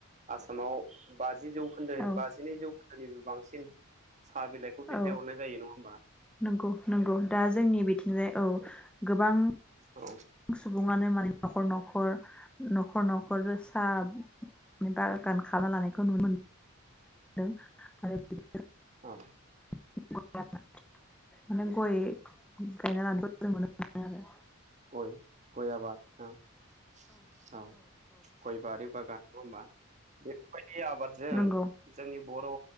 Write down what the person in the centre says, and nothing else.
औ
औ
नोंगौ नोंगौ दा जोंनि बिथिंजाय औ। गोबां
सुबुङानो माने न'खर न'खर न'खर न'खर सानि बागान खालामना लानायखौ नुनो मोन दों आरो <unintelligible>
<unintelligible> माने गय गायना लानो जों नुनो मोनो आरो।
नंगौ